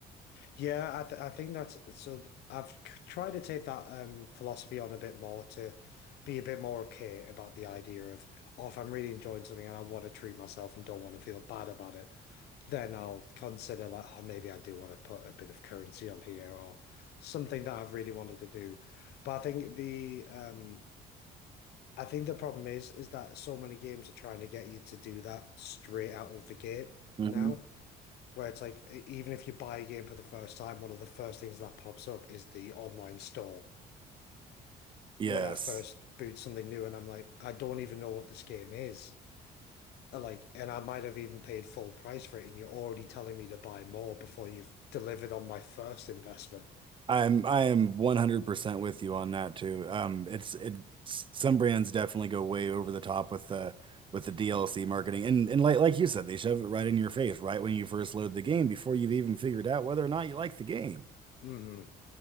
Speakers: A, on the left (about 75°); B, on the right (about 30°).
A: Yeah, I th I think that's so. th- I've c- tried to take that um, philosophy on a bit more to be a bit more okay about the idea of, oh, if I'm really enjoying something and I want to treat myself and don't want to feel bad about it, then I'll consider like oh, maybe I do want to put a bit of currency on here or something that I've really wanted to do. But I think the um I think the problem is is that so many games are trying to get you to do that straight out of the gate
B: Mhm.
A: now, where it's like e- even if you buy a game for the first time, one of the first things that pops up is the online store.
B: Yes.
A: When I first boot something new and I'm like, I don't even know what this game is. like, and I might have even paid full price for it, and you're already telling me to buy more before you've delivered on my first investment.
B: I'm I am 100% with you on that too. Um, it's it some brands definitely go way over the top with the with the DLC marketing. And and like like you said, they shove it right in your face right when you first load the game before you've even figured out whether or not you like the game.
A: hmm